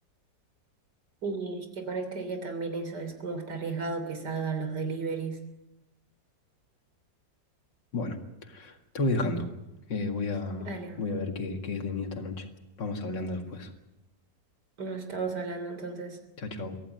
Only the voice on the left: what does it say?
Bueno, te voy dejando. Eh, voy a,
voy a ver qué, qué es de mí esta noche. Vamos hablando después.
Chao, chao.